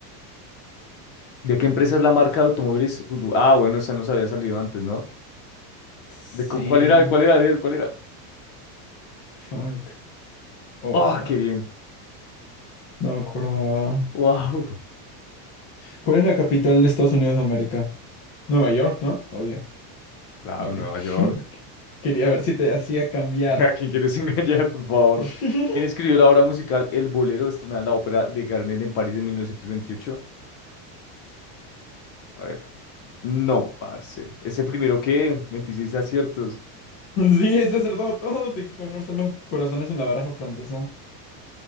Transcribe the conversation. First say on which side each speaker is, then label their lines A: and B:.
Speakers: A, on the left (about 60°); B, on the left (about 30°).
A: ¿De qué empresa es la marca
B: De-
A: de automóviles Hulu? Ah, bueno, esa nos había salido antes, ¿no?
B: Sí.
A: ¿De cu- cuál era? ¿Cuál era? A ver, ¿Cuál era?
B: Fuck. Oh,
A: ¡Ah,
B: fuck.
A: qué bien!
B: No me acordaba.
A: ¡Wow!
B: ¿Cuál es la capital de Estados Unidos de América? Nueva York, ¿no? Obvio.
A: Claro,
B: Ok.
A: Nueva York.
B: <laughs> Quería ver si te hacía cambiar.
A: <laughs> ¿A quién quieres engañar, por favor?
B: <laughs>
A: ¿Quién escribió la obra musical El Bolero, estrenada en la ópera de Garnier en París de 1928? A ver. No, parce. ¿Ese primero qué? 26 aciertos.
B: Sí, es acertado todos. ¿De qué color son los corazones en la baraja francesa?